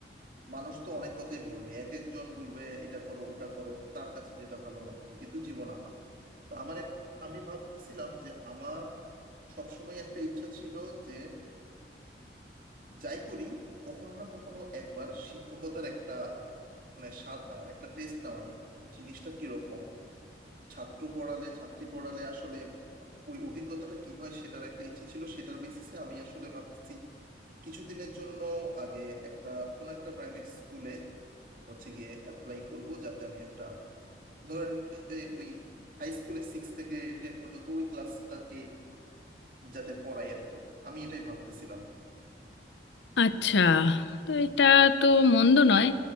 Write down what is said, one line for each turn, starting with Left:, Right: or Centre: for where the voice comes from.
Right: মানুষ তো অনেক কথাই বলবে এক একজন বলবে এটা করো ওটা করো তার কাছে যেটা ভালো মনে হয় কিন্তু জীবন আমার তো আমার এক- আমি ভাবতেছিলাম যে আমার সবসময় একটা ইচ্ছা ছিল যে যাই করি কখনো না কখনো একবার শিক্ষকতার একটা মানে স্বাদ নেওয়ার একটা টেস্ট নেওয়ার যে জিনিসটা কিরকম ছাত্র পড়ালে ছাত্রী পড়ালে আসলে ওই অভিজ্ঞতাটা কি হয় সেটার একটা ইচ্ছে ছিল সেটার বেসিসে আমি আসলে ভাবতেছি কিছুদিনের জন্য আগে একটা কোনো একটা প্রাইভেট স্কুলে হচ্ছে গিয়ে অ্যাপ্লাই করব যাতে আমি একটা ধরেন যে ওই হাই স্কুলে সিক্স থেকে টেন পর্যন্ত ওই ক্লাসটাকে যাতে পড়াই আর কি আমি এটাই ভাবতেছিলাম
Left: আচ্ছা তো এটা তো মন্দ নয়